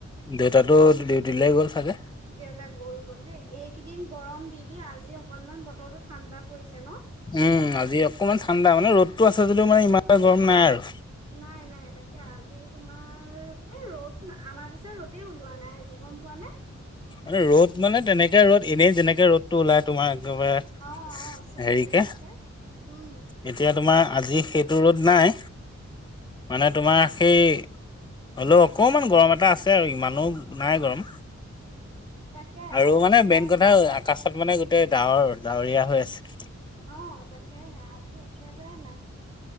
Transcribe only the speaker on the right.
দেউতা গৰু গ'ল দেই, এইকেইদিন গৰম দি দি আজি অকনমান বতৰটো ঠাণ্ডা পৰিছে। ন?
নাই, নাই তাক কে আজি তোমাৰ এই ৰ'দ, আমাৰ পিছেই ৰ'দেই ওলোৱা নাই আজি গম পোৱা নে?
অ', অ', চেৰেং
বেৰেংকে। উম,
তাকে
আজি
তোমাৰ
অ', তাকেহে আজি একেবাৰে নাই।